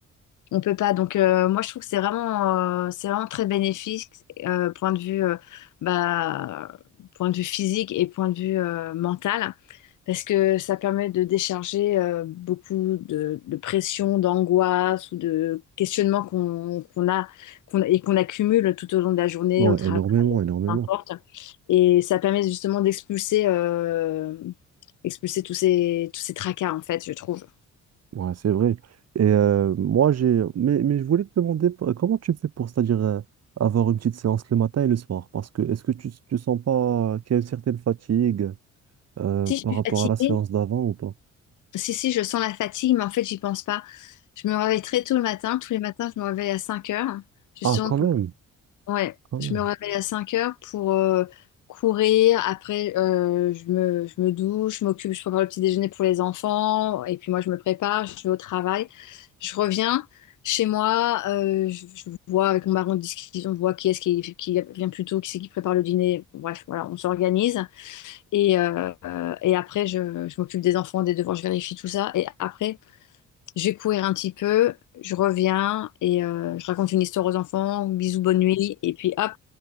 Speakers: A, on the left; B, on the right.
A: on peut pas. Donc, euh, moi, je trouve que c'est vraiment, euh, c'est vraiment très bénéfique, euh, point de vue, euh, bah, point de vue physique et point de vue euh, mental, parce que ça permet de décharger euh, beaucoup de, de pression, d'angoisse ou de questionnements qu'on qu'on a, qu'on, et qu'on accumule tout au long de la journée,
B: Ouais,
A: au travail,
B: énormément, énormément.
A: peu importe. Et ça permet justement d'expulser, euh, expulser tous ces, tous ces tracas, en fait, je trouve.
B: Ouais, c'est vrai. Et euh, moi, j'ai. Mais, mais je voulais te demander p- comment tu fais pour, c'est-à-dire, euh, avoir une petite séance le matin et le soir? Parce que est-ce que tu, tu sens pas qu'il y a une certaine fatigue euh,
A: Si je
B: par
A: suis
B: rapport
A: fatiguée,
B: à la séance d'avant ou pas?
A: Si, si, je sens la fatigue, mais en fait, j'y pense pas. Je me réveille très tôt le matin. Tous les matins, je me réveille à 5 heures. Justement,
B: Ah, quand
A: pour...
B: même,
A: ouais,
B: quand
A: je
B: même.
A: me réveille à 5 heures pour euh, courir. Après, euh, je me, je me douche, je m'occupe, je prépare le petit déjeuner pour les enfants. Et puis moi, je me prépare, je vais au travail. Je reviens chez moi. euh, je, je vois avec mon mari, on discute, on voit qui est-ce qui, qui vient plus tôt, qui c'est qui prépare le dîner. Bref, voilà, on s'organise. Et, euh, euh, et après, je, je m'occupe des enfants, des devoirs, je vérifie tout ça. Et après, je vais courir un petit peu, je reviens et euh, je raconte une histoire aux enfants, bisous, bonne nuit. Et puis hop,